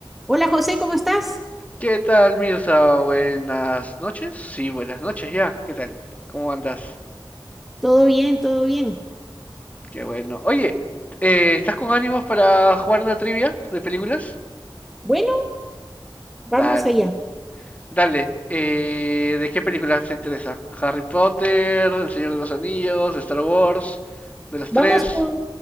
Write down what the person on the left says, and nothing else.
¿Qué tal, Mirza? Buenas noches. Sí, buenas noches ya. ¿Qué tal? ¿Cómo andas?
Qué bueno. Oye, eh, ¿estás con ánimos para jugar una trivia de películas?
Dale.
Dale. eh, ¿de qué películas te interesa? ¿Harry Potter, El Señor de los Anillos, Star Wars? ¿De las
tres?